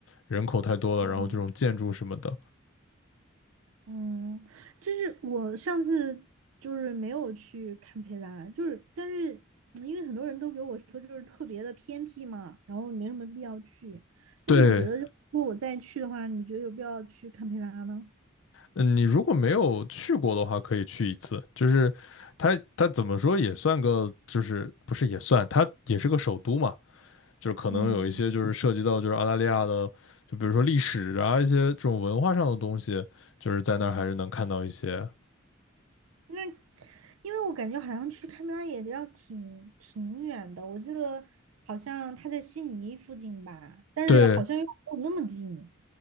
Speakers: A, on the left (about 65°); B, on the right (about 80°).
A: 人口太多了，
B: 嗯，
A: 然后这种建筑什么的，
B: 嗯，就是我上次就是没有去堪培拉，就是但是嗯因为很多人都给我说就是特别的偏僻嘛，然后没什么必要去。那你觉得就如果我再去的话，
A: 对。
B: 你觉得有必要去堪培拉吗？
A: 嗯，你如果没有去过的话，可以去一次。就是它，它怎么说也算个，就是不是也算，它也是个首都嘛。就是可能有一些就是涉及到就是澳大利亚的，
B: 嗯，
A: 就比如说历史啊一些这种文化上的东西，就是在那儿还是能看到一些。
B: 那因为我感觉好像去堪培拉也要挺挺远的，我记得好像他在悉尼附近吧，但是好像又没有那么近。
A: 对